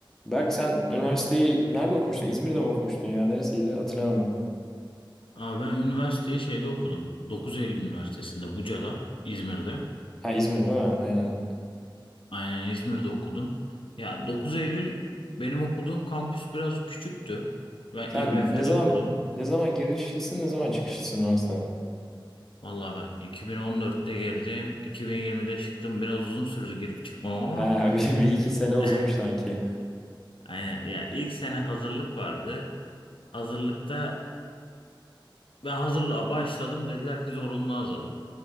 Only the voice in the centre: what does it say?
Berk sen üniversiteyi nerede okumuştun? İzmir'de mi okumuştun ya? Neresiydi? Hatırlamadım.
Ha İzmir değil mi? Aynen.
Sen
ne zaman
ne zaman girişlisin, ne zaman çıkışlısın üniversiteden?
Ha <laughs> bir, bir iki sene uzamış
sanki.